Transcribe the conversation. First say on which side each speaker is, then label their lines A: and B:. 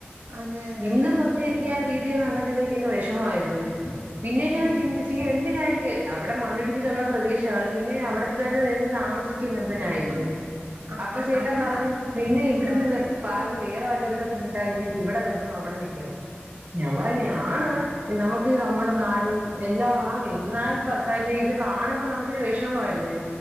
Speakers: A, on the right; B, on the right.
A: അതെ അതെ
B: ഇന്നും
A: അതെ
B: പക്ഷെ എനിക്ക് ആഹ് വീഡിയോ കണ്ടപ്പോഴത്തേക്ക് അങ്ങ് വിഷമമായിപ്പോയി. പിന്നെ ഞാൻ
A: ഉം
B: ചിന്തിച്ച് എന്തിനായിരിക്കും. ക്ക്അവിടെ മണ്ണിടിച്ചിലുള്ള പ്രദേശമാണ് പിന്നെ അവിടെ തന്നെ നിന്ന് താമസിക്ക ക്കുന്നെന്തിനായിരിക്കും
A: ആ
B: എന്ന്
A: ആ,
B: അപ്പൊ
A: ആ,
B: ചേട്ടൻ
A: അതാ
B: പറഞ്ഞ് നിന്നെ ഇവിടുന്ന്.
A: ആ
B: പറഞ്ഞ് വേറെ വല്ലിടത്തോട്ട് വിട്ടാ നിനക്ക് ഇവിടെ വരുന്നോ അവിടെ നിക്കണോ ഞാൻ പറഞ്ഞ്
A: ആ
B: ആണ്. നമുക്ക് നമ്മുടെ നാടും എല്ലാം ആണ് എന്നാൽ തന്നെ ഇത്. കാണുമ്പോ നമുക്കൊരു വിഷമമല്ലേ.